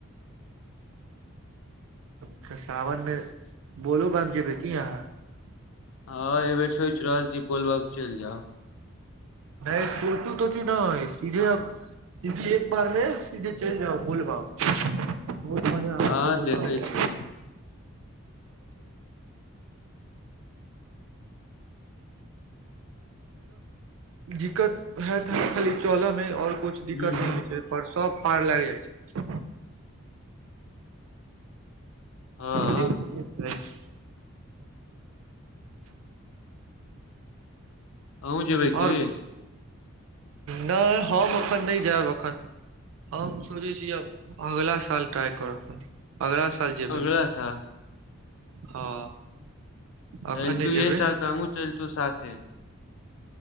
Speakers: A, on the right (about 65°); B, on the left (about 65°).
A: त सावन मे बोलो बम जेबै की अहाँ
B: हँ एहि बेर सोचि रहल छी बोल बम चलि जाउ
A: नै सोचू तोचू नै सीधे अब सीदी एक बार मे सीधी चलि जाउ बोलबम बहुत मजा आबै
B: हँ
A: छै बोलबम
B: देखै
A: में।
B: छियै
A: दिक्कत हेत ह खाली चलऽ मे ओर कुछ
B: ह
A: दिक्कत नहि होइत छै। पर सब पार लागि जाइ छै।
B: हँ
A: जी रिफ्रेश।
B: अहूँ जेबै
A: ओर
B: की
A: नै हम एखन नहि जायब एखन। हम सोचै छी आब अगिला साल ट्राइ करब। अगलाह साल जेबै
B: अगला साल
A: हँ। अखन
B: चलतू
A: नहि जेबै
B: यहे साल तऽ हमू चलतू साथे।